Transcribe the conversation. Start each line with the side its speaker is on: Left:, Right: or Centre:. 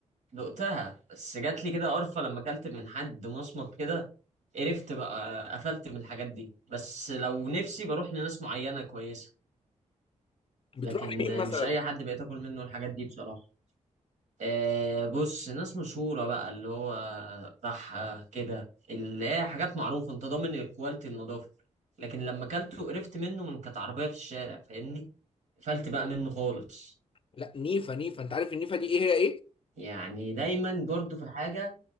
Right: دقتها بس جات لي كده قرفة لما اكلت من حد مصمت كده قرفت بقى قفلت من الحاجات دي بس لو نفسي بروح لناس معينة كويسة
Left: بتروح
Right: لكن
Left: لمين مثلا
Right: مش أي حد بقيت آكل منه الحاجات دي بصراحة آه بص ناس مشهورة بقى اللي هو بحة كده اللي هي حاجات معروفة أنت ضامن الكواليتي النظافة لكن لما أكلته قرفت منه من كانت عربية في الشارع فاهمني قفلت بقى منه خالص
Left: لا نيفا نيفا انت عارف النيفا دي ايه هي ايه
Right: يعني دايما برضو في الحاجة